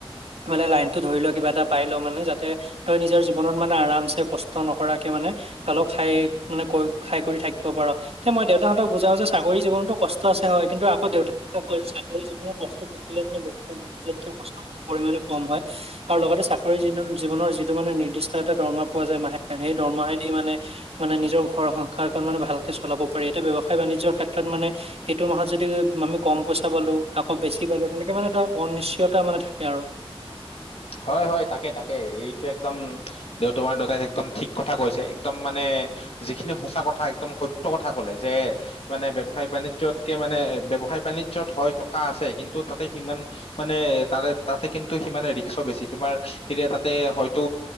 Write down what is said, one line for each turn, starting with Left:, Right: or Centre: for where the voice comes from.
Right: মানে, লাইনটো ধৰি ল', কিবা এটা পাই ল' মানে যাতে তই নিজৰ জীৱনত মানে আৰামচে কষ্ট নকৰাকে মানে অলপ খাইক্‌ মানে কইক্‌ মানে খাই কৰি থাকিব পাৰ। তে মই দেউতাহঁতক বুজাও যে চাকৰি জীৱনতো কষ্ট আছে হয় কিন্তু আকৌ দেউতাই মোক কয় যে চাকৰি জীৱনৰ কষ্ট ষ্ট থাকিলেও মানে ব্যৱসায়- বাণিজ্যত্‌কে কষ্ট বহু পৰিমাণে কম হয়। আৰু লগতে চাকৰি জীনন--জীৱনৰ যিটো মানে নিৰ্দিষ্ট এটা দৰমা পোৱা যায় মাহে মাহে সেই দৰমহায়দি মানে মানে নিজৰ ঘৰ সংসাৰখন মানে ভালকে চলাব পাৰি। এতিয়া ব্যৱসায়-বাণিজ্যৰ ক্ষেত্ৰত মানে সেইটো মাহত যদি আমি মাহে কম পইচা পালোঁ আকৌ বেছি বেছি পালোঁ। তেনেকে মানে এটা অনিশ্চয়তা মানে থাকে আৰু।
Left: হয়, হয়। তাকে, তাকে এইটো একদম দেউ তোমাৰ দেউতাই একদম ঠিক কথা কৈছে। একদম মানে যিখিনি সঁচা কথা একদম সত্য কথা ক'লে যে মানে ব্যৱসায় -বাণিজ্যত্‌কে মানে, ব্যৱসায়- বাণিজ্যত হয় টকা আছে কিন্তু তাতে সিমান মানে তাৰে তাতে কিন্তু সিমানে ৰিক্সো বেছি। তোমাৰ এতিয়া তাতে হয়তো